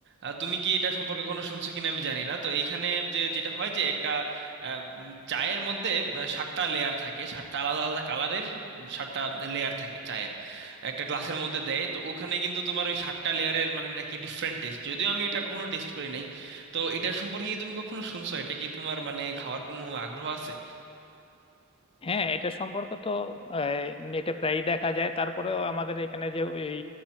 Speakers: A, on the right; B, on the left.
A: আহ, তুমি কি এটা সম্পর্কে কোনো শুনছো কিনা আমি জানি না তো এইখানে যে যেটা হয় যে একটা আহ, উম, চায়ের মধ্যে আহ, সাতটা লেয়ার থাকে সাতটা আলাদা আলাদা কালারের সাতটা লেয়ার থাকে চায়ের একটা গ্লাসের মধ্যে দেয় তো ওখানে কিন্তু তোমার ওই সাতটা লেয়ারের মানে নাকি ডিফারেন্ট টেস্ট যদিও আমি এটা কখনো টেস্ট করি নাই তো এটার সম্পর্কে কি তুমি কখনো শুনছো এটা কি তোমার মানে খাওয়ার কোনো আগ্রহ আছে
B: হ্যাঁ এটা সম্পর্ক তো নেটে প্রায়ই দেখা যায় তারপরেও আমাদের এখানে যে এই